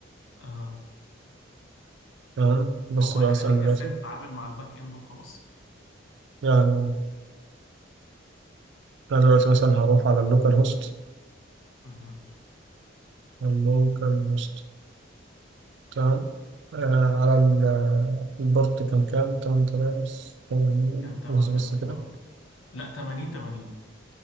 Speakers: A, on the left; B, on the right.
A: اه
B: تمام بص
A: هو
B: بقى
A: هيخليك
B: مثلا دلوقتي
A: ازاي تتعامل مع الباك اند وخلاص
B: يعني انا دلوقتي مثلا هروح على اللوكال هوست
A: مهم.
B: اللوكال هوست تمام آه على ال- البورت كان كام 8080
A: كان 8000
B: لحظة بس كده
A: اه لا 80 80